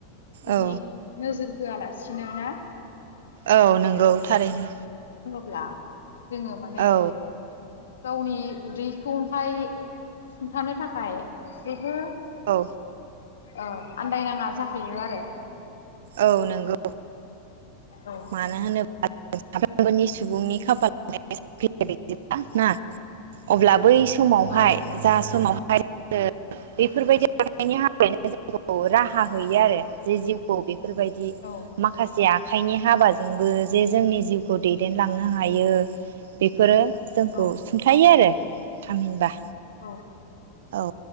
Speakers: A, on the left; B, on the right.
A: जुदि
B: औ
A: नोजोर होआलासिनो ना?
B: औ नंगौ थारैनो
A: ब्ला जोंङो माने
B: औ
A: गावनि उदैखौहाय सुंथानो थाखाय जेबो
B: औ
A: औ आन्दायनाङा जाहैयो आरो।
B: औ नोंगौ।
A: औ
B: मानो होनो साफ्रोमबोनि सुबुंनि <unintelligible> ना अब्ला बै समावहाय
A: औ औ
B: जा समाव <unintelligible> बेफोरबायदि आखायनि हाबायावनो जोंखौ राहा होयो आरो जे जिउखौ बे बेफोरबायदि
A: औ
B: माखासे आ आखाइनि हाबाजोंबो जे जोंनि जिउखौ दैदेनलांनो हायो बेफोरो जोंखौ
A: औ
B: सुंथायो आरो थामहिनबा
A: औ
B: औ।